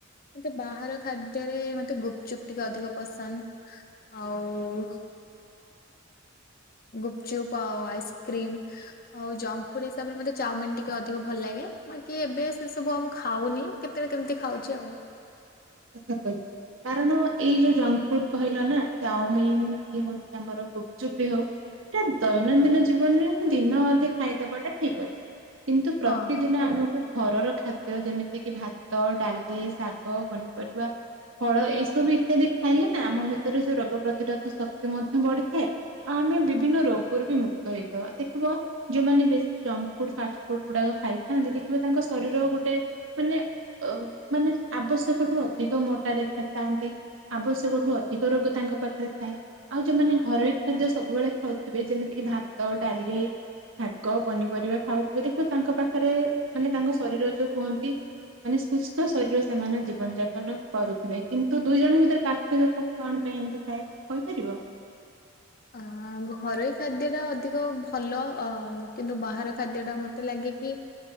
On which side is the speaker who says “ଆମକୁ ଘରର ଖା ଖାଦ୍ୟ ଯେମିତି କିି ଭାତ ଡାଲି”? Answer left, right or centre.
Right